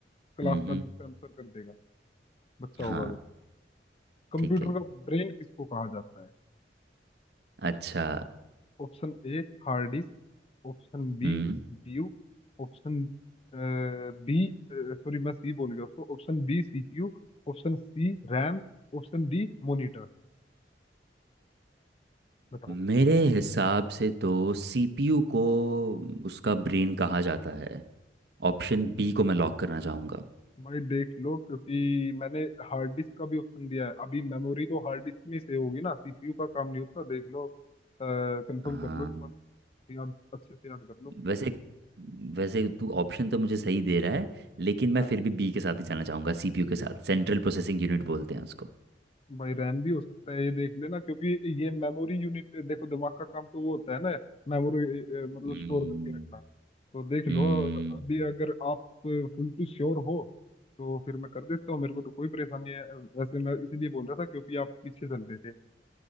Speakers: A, on the left (about 35°); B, on the right (about 60°).
A: क्लास
B: हम्म
A: का
B: हम्म,
A: भी इसका आंसर कर देगा बच्चा
B: हाँ
A: होगा अगर कंप्यूटर
B: ठीक है
A: का ब्रेन किसको कहा जाता है
B: अच्छा
A: Option A hard disk Option B
B: हम्म
A: सीपीयू Option B sorry मैं सी बोल गया उसको option B सीपीयू Option C RAM Option D monitor बताओ
B: मेरे हिसाब से तो सीपीयू को उसका ब्रेन कहा जाता है ऑप्शन बी को मैं लॉक करना चाहूँगा
A: भाई देख लो क्योंकि मैंने हार्ड डिस्क का भी ऑप्शन दिया है अभी मेमोरी तो हार्ड डिस्क में सेव होगी ना सीपीयू का काम नहीं होता देख लो कंफर्म
B: हाँ
A: कर लो एक बार याद अच्छे से याद कर लो
B: वैसे वैसे तू ऑप्शन तो मुझे सही दे रहा है लेकिन मैं
A: हाँ
B: फिर भी बी के साथ ही जाना चाहूंगा सीपीयू के साथ सेंट्रल प्रोसेसिंग यूनिट बोलते हैं उसको
A: भाई रैम भी हो सकता है ये देख लेना क्योंकि ये मेमोरी यूनिट देखो दिमाग का काम तो वो होता है ना मेमोरी मतलब
B: हम्म
A: स्टोर करके रखना तो देख लो
B: हम्म,
A: अभी अगर आप फुल टू श्योर हो तो फिर मैं कर देता हूँ मेरे को तो कोई परेशानी है वैसे मैं इसलिए बोल रहा था क्योंकि आप पीछे चल रहे थे